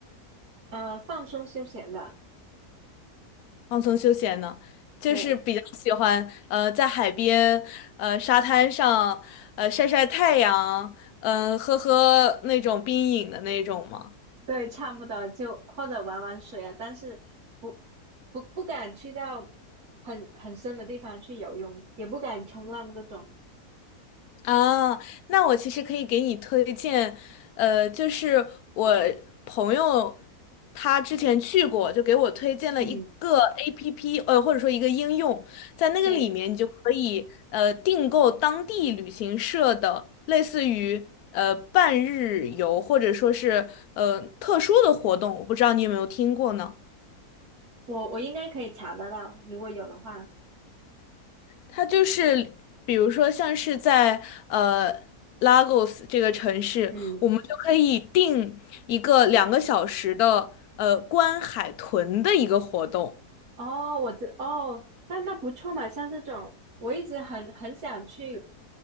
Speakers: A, on the right; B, on the left.
A: 呃，放松休闲的，
B: 放松休闲呢？就是比较喜欢呃在海边呃沙滩上呃晒晒太阳，
A: 对
B: 嗯、喝喝那种冰饮的那种吗？
A: 对，差不多就或者玩玩水啊，但是不不不敢去到很很深的地方去游泳，也不敢冲浪这种。
B: 啊，那我其实可以给你推荐，呃，就是我朋友他之前去过，就给我推荐了一个
A: 嗯，
B: APP，呃，或者说一个应用，在那个里面你就可以呃订购当地旅行社的类似于呃半日游或者说是呃特殊的活动，
A: 对，
B: 我不知道你有没有听过呢？
A: 我我应该可以查得到，如果有的话，
B: 它就是，比如说像是在呃 Lagos 这个城市，
A: 嗯。
B: 我们就可以定一个两个小时的呃观海豚的一个活动。
A: 哦，我知，哦，那那不错嘛，像这种，我一直很很想去